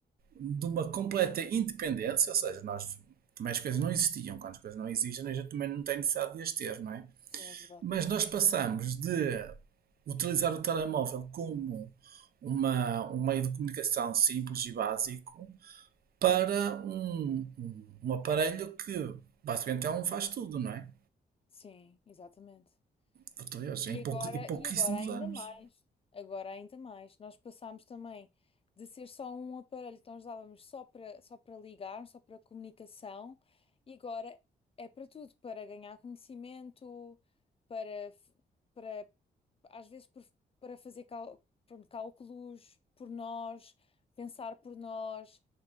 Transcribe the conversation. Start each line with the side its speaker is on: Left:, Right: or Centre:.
Right: de uma completa independência, ou seja, nós também as coisas não existiam. Quando as coisas não existem, a gente também não tem necessidade de as ter, não é?
Left: sim, é verdade.
Right: Mas nós passamos de utilizar o telemóvel como uma, um meio de comunicação simples e básico para um, um, um aparelho que basicamente é um faz tudo, não é?
Left: Sim, exatamente.
Right: Português,
Left: E
Right: em, pouco,
Left: agora,
Right: em pouquíssimos
Left: e agora ainda
Right: anos.
Left: mais. Agora ainda mais. Nós passámos também de ser só um aparelho que nós usávamos só para só para ligar, só para comunicação, e agora é para tudo, para ganhar conhecimento, para f- para às vezes por- para fazer cal- pronto, cálculos por nós, pensar por nós.